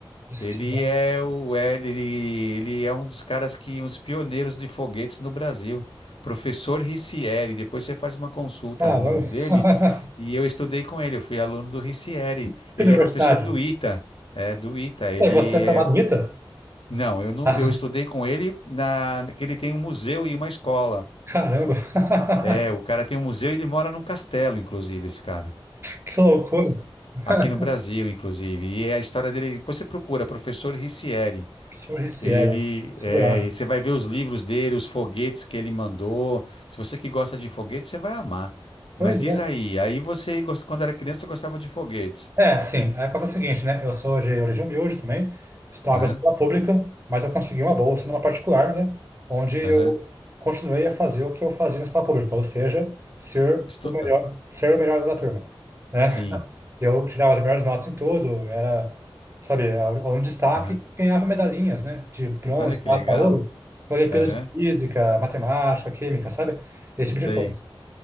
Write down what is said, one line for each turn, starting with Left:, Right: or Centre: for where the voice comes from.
Right: Isso,
Left: Ele
Right: né?
Left: é o é, ele, ele é um dos caras que uns pioneiros de foguetes no Brasil. Professor Ricieri. Depois você faz uma consulta
Right: Caramba.
Left: no nome dele.
Right: <laughs>
Left: E eu estudei com ele. Eu fui aluno do Ricieri.
Right: Que
Left: Ele
Right: universidade.
Left: é professor do ITA. É, do ITA. Ele
Right: E você é formado
Left: é
Right: em ITA?
Left: Não, eu não,
Right: Ah,
Left: eu estudei com ele na, que ele tem um museu e uma escola.
Right: caramba. <laughs>
Left: É, o cara tem um museu e ele mora num castelo, inclusive, esse cara.
Right: Que loucura. <laughs>
Left: Aqui no Brasil, inclusive. E é a história dele. Depois você procura, professor Ricieri.
Right: Professor RCL.
Left: Ele,
Right: Que
Left: é,
Right: graça.
Left: e você vai ver os livros dele, os foguetes que ele mandou. Se você que gosta de foguetes, você vai amar. Mas
Right: Pois
Left: diz
Right: é.
Left: aí, aí você, gos- quando era criança, você gostava de foguetes.
Right: É, sim. Aí acontece o seguinte, né? Eu sou de origem humilde também, estava
Left: Aham,
Right: em escola pública, mas eu consegui uma bolsa numa particular, né? Onde eu
Left: aham.
Right: continuei a fazer o que eu fazia na escola pública, ou seja, ser
Left: Estuda.
Right: o melhor, ser o melhor aluno da turma, né?
Left: Sim.
Right: <laughs> Eu tirava as melhores notas em tudo, era, sabe, aluno de destaque,
Left: Aham.
Right: ganhava medalhinhas, né? De bronze,
Left: Olha que
Right: prata,
Left: legal.
Right: ouro, Olimpíadas
Left: Aham.
Right: de física, matemática, química, sabe? Esse
Left: Sei.
Right: tipo de coisa.